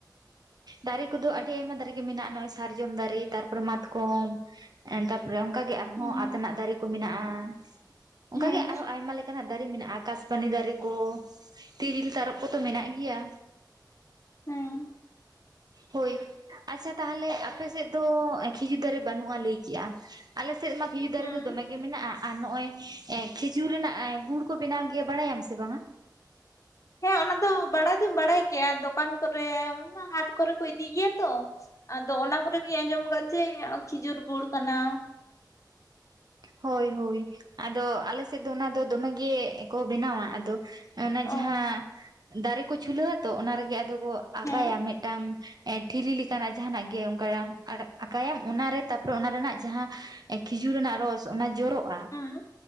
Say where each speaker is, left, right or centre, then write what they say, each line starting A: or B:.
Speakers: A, on the right; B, on the left.
A: ᱫᱟᱨᱮ ᱠᱚᱫᱚ ᱟᱹᱰᱤ ᱟᱭᱢᱟ ᱫᱟᱨᱮ ᱜᱮ ᱢᱮᱱᱟᱜᱼᱟ ᱱᱚᱜᱼᱚᱭ ᱥᱟᱨᱡᱚᱢ ᱫᱟᱨᱮ ᱛᱟᱨᱯᱚᱨᱮ ᱢᱟᱛᱠᱚᱢ᱾ ᱮᱸ ᱛᱟᱯᱚᱨᱮ ᱚᱱᱠᱟᱜ ᱜᱮ ᱟᱨᱦᱚᱸ
B: ᱦᱩᱸ
A: ᱟᱛᱮᱱᱟᱜ ᱫᱟᱨᱮ ᱠᱚ ᱢᱮᱱᱟᱜᱼᱟ, ᱚᱱᱠ
B: ᱦᱮᱸ
A: ᱜᱮ ᱟᱨᱦᱚ ᱟᱭᱢᱟ ᱞᱮᱠᱟᱱᱟᱜ ᱫᱟᱨᱮ ᱢᱮᱱᱟᱜᱼᱟ᱾ ᱠᱟᱥᱯᱟᱱᱤ ᱫᱟᱨᱮ ᱠᱚ ᱛᱤᱨᱤᱞ ᱛᱟᱨᱚ ᱠᱚᱛᱚ ᱢᱮᱱᱟᱜ ᱜᱮᱭᱟ᱾
B: ᱦᱮᱸ᱾
A: ᱦᱳᱭ᱾ ᱟᱪᱪᱷᱟ ᱛᱟᱦᱚᱞᱮ ᱟᱯᱮᱥᱮᱫ ᱫᱚ ᱠᱷᱤᱡᱩᱨ ᱫᱟᱨᱮ ᱵᱟᱹᱱᱩᱜᱼᱟ ᱞᱟᱹᱭ ᱠᱮᱜᱼᱟᱢ, ᱟᱞᱮᱥᱮᱫ ᱢᱟᱛ ᱠᱷᱤᱡᱩᱨ ᱫᱟᱨᱮ
B: ᱦᱮᱸ
A: ᱫᱚ ᱫᱚᱢᱮ ᱜᱮ ᱢᱮᱱᱟᱜᱼᱟ ᱟᱨ ᱱᱚᱜ-ᱚᱭ ᱮ ᱠᱷᱮᱡᱩᱨ ᱨᱮᱱᱟᱜ ᱮ ᱜᱩᱲ ᱠᱚ ᱵᱮᱱᱟᱣ ᱜᱮᱭᱟ, ᱵᱟᱲᱟᱭᱟᱢ ᱥᱮ ᱵᱟᱝᱟ?
B: ᱦᱮᱸ ᱚᱱᱟ ᱫᱚ ᱵᱟᱲᱟᱭ ᱫᱚᱧ ᱵᱟᱲᱟᱭ ᱜᱮᱭᱟ ᱫᱚᱠᱟᱱ ᱠᱚᱨᱮ ᱚᱱᱟ ᱦᱟᱴ ᱠᱚᱨᱮ ᱠᱚ ᱤᱫᱤ ᱜᱮᱭᱟ ᱛᱚ᱾ ᱟᱫᱚ ᱚᱱᱟ ᱠᱚᱨᱮ ᱜᱤᱧ ᱟᱸᱡᱚᱢ ᱟᱠᱟᱫ ᱪᱮ ᱠᱷᱤᱡᱩᱨ ᱜᱩᱲ ᱠᱟᱱᱟ᱾
A: ᱦᱳᱭ ᱦᱳᱭ᱾ ᱟᱫᱚ ᱟᱞᱮ ᱥᱮᱫ ᱫᱚ ᱚᱱᱟ ᱫᱚ ᱫᱚᱢᱮ ᱜᱮ ᱠᱚ ᱵᱮᱱᱟᱣᱟ᱾ ᱟᱫᱚ ᱚᱱᱟ
B: ᱚ
A: ᱡᱟᱦᱟᱸ ᱫᱟᱨᱮ ᱠᱚ ᱪᱩᱞᱟᱹᱣᱟᱹ ᱛᱚ ᱚᱱᱟ ᱨᱮᱜᱮ ᱟᱫᱚ ᱠᱚ ᱟᱠᱟᱭᱟ
B: ᱦᱮᱸ
A: ᱢᱤᱫᱴᱟᱝ ᱮᱸ ᱴᱷᱤᱞᱤ ᱞᱮᱠᱟᱱᱟᱜ ᱡᱟᱦᱟᱸᱱᱟᱜ ᱜᱮ ᱚᱱᱠᱟ ᱟᱠᱟᱸᱟᱢ ᱚᱱᱟᱨᱮ ᱛᱟᱯᱚᱨᱮ ᱚᱱᱟ ᱨᱮᱱᱟᱜ ᱡᱟᱦᱟᱸ ᱮ ᱠᱷᱤᱡᱩᱨ ᱨᱮᱱᱟᱜ ᱨᱚᱥ ᱚᱱᱟ ᱡᱚᱨᱚᱜᱼᱟ᱾
B: ᱦᱩᱸ᱾